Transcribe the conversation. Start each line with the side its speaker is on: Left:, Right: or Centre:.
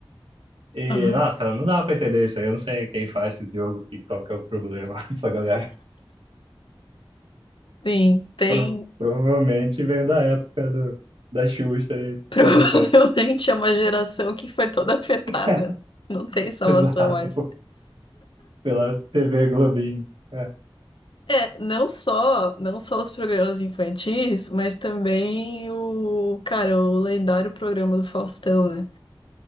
Right: e,
Left: Aham.
Right: nossa, não dá pra entender isso aí, eu não sei quem faz esse jogo, que, qual que é o problema <laughs> dessa galera.
Left: Sim, tem.
Right: Pro- provavelmente vem da época do, da Xuxa e
Left: <laughs> Provavelmente
Right: Teletubbies.
Left: é uma geração que foi toda afetada.
Right: <laughs>
Left: Não tem salvação
Right: Exato,
Left: mais.
Right: pô, pela TV Globinho. É,
Left: É, não só, não só os programas infantis, mas também o, cara, o lendário programa do Faustão, né?